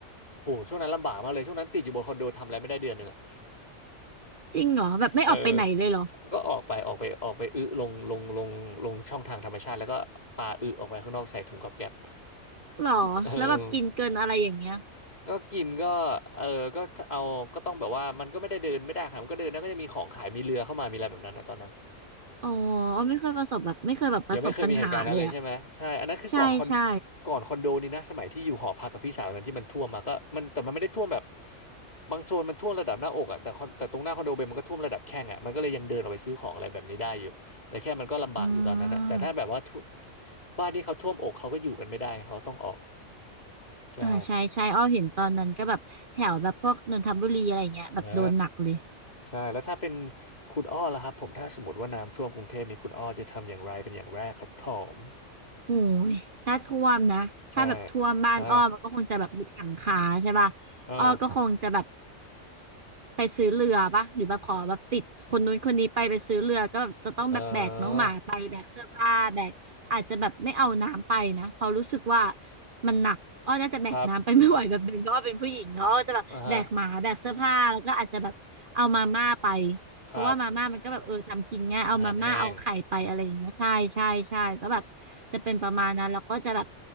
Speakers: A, on the left (about 35°); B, on the right (about 50°).
A: โหช่วงนั้นลำบากมากเลยช่วงนั้นติดอยู่บนคอนโดทำอะไรไม่ได้เดือนหนึ่งอะ <laughs>
B: จริงเหรอแบบไม่ออกไปไหนเลยเหรอ
A: เออก็ออกไปออกไปออกไปอึลงลงลงลงช่องทางธรรมชาติแล้วก็ปาอึออกไปข้างนอกใส่ถุงกับแก๊ป
B: หรอแล้วแบบกินเกินอะไรอย่างเงี้ย
A: <laughs> เออ <laughs> ก็กินก็เออก็เอาก็ต้องแบบว่ามันก็ไม่ได้เดินไม่ได้ครับมันก็เดินแล้วก็จะมีของขายมีเรือเข้ามามีอะไรแบบนั้นนะตอนนั้น
B: อ๋อไม่เคยประสบแบบไม่เคยแบบประสบปัญหาเลยอ่ะ
A: ยังไม่เคยมีเหตุการณ์นั้นเลยใช่ไหมใช่อันนั้นคือก่อนคอน
B: ใช่ใช่
A: ก่อนคอนโดนี้นะสมัยที่อยู่หอพักกับพี่สาวตอนนั้นที่มันท่วมมาก็มันแต่มันไม่ได้ท่วมแบบบางโซนมันท่วมระดับหน้าอกอ่ะแต่คอนแต่ตรงหน้าคอนโดเบนมันก็ท่วมระดับแข้งอ่ะมันก็เลยยังเดินออกไปซื้อของอะไรแบบนี้ได้อยู่แต่แค่มันก็ลำบากอยู่ตอนนั้นนะแต่ถ้าแบบว่าท่ว
B: อืม
A: บ้านที่เขาท่วมอกเขาก็อยู่กันไม่ได้เขาต้องออกใช่
B: อ่าใช่ใช่อ้อเห็นตอนนั้นก็แบบแถวแบบพวกนนทบุรีอะไรเงี้ยแบบโดนหนักเลย
A: ใช่ ใช่แล้วถ้าเป็นคุณอ้อล่ะครับผมถ้าสมมติว่าน้ำท่วมกรุงเทพนี่คุณอ้อจะทำอย่างไรเป็นอย่างแรกครับผม
B: โอ้ยถ้าท่วมนะถ้าแบบท่วมบ้านอ้อมันก็คงจะแบบมิดหลังคาใช่ป่ะอ้อก็คงจะแบบ
A: ใช่อ่าอ่า
B: ไปซื้อเรือปะหรือแบบขอแบบติดคนนู้นคนนี้ไปไปซื้อเรือก็แบบจะต้องแบบแบกน้องหมาไปแบกเสื้อผ้าแบกอาจจะแบบไม่เอาน้ำไปนะเพราะรู้สึกว่า
A: เออ
B: มันหนักอ้อน่าจะแบกน้ำไปไม่ไหวแบบเป็นเพราะว่าเป็นผู้หญิงเนาะก็จะแบบแบกหมาแบกเสื้อผ้าแล้วก็อาจจะแบบเอามาม่าไป
A: ครับอ่าฮะ
B: เพราะว่ามาม่ามันก็แบบเออทำกินง่ายเอามาม่าเอาไข่ไปอะไรอย่างเงี้ยใช่ใช่ใช่ก็แบบจะเป็นประมาณนั้นแล้วก็จะแบบ
A: ครับอาหารแห้ง